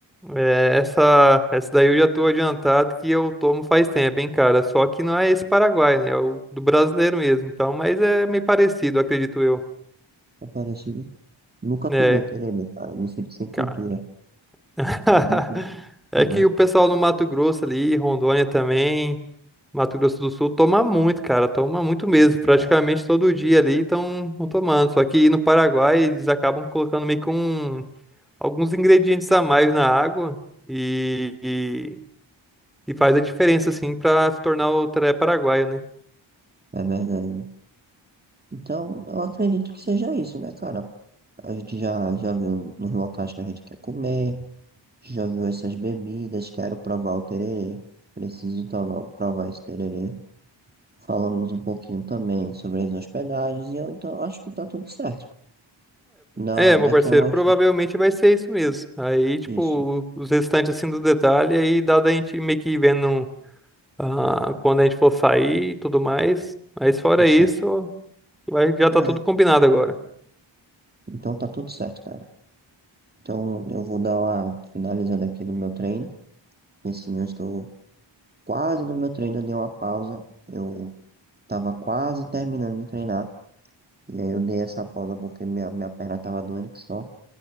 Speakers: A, in the centre; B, on the right.
A: É, essa, essa daí eu já tô adiantado que eu tomo faz tempo, hein, cara? Só que não é esse Paraguai, né? É o do brasileiro mesmo. Então, mas é meio parecido, acredito eu.
B: É parecido. Nunca
A: É.
B: tomei tererê, cara. Me sinto sem cultura.
A: cara. <laughs>
B: Me sinto sem
A: É
B: cultura.
A: que o pessoal no Mato Grosso ali, Rondônia também, Mato Grosso do Sul, toma muito, cara, toma muito mesmo. Praticamente
B: É,
A: todo dia ali estão tomando. Só que no Paraguai eles acabam colocando meio que um, alguns ingredientes a mais na água e, e, e faz a diferença, assim, pra se tornar o teré paraguaio, né?
B: é verdade. Então, eu acredito que seja isso, né, cara? A gente já, já viu nos locais que a gente quer comer. Já viu essas bebidas? Quero provar o tererê. Preciso provar, provar esse tererê. Falamos um pouquinho também sobre as hospedagens e eu então acho que tá tudo certo. Na,
A: É, é,
B: daqui
A: meu parceiro,
B: a umas.
A: provavelmente vai ser isso mesmo. Aí, tipo,
B: Isso,
A: os restantes, assim, do detalhe, aí dá da gente meio que ir vendo. ah, quando a gente for sair e tudo mais. Mas fora
B: tá certo.
A: isso, vai, já tá
B: É,
A: tudo combinado agora.
B: então tá tudo certo, cara. Então eu vou dar uma finalizada aqui no meu treino. Porque assim, eu estou quase no meu treino, eu dei uma pausa. Eu tava quase terminando de treinar. E aí eu dei essa pausa porque minha, minha perna tava doendo que só.